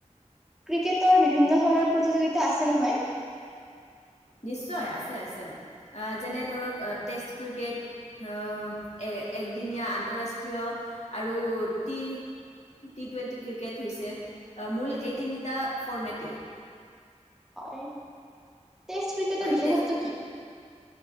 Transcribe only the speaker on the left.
নিশ্চয় আছে আছে যেনে ধৰক টেষ্ট ক্ৰিকেট। অ এ একদিনীয়া। আন্তঃৰাষ্ট্ৰীয় আৰু টি টি টুৱেণ্টি ক্ৰিকেট হৈছে মূল এই তিনিটা ফৰ্মেটেই।
হয়
টেষ্ট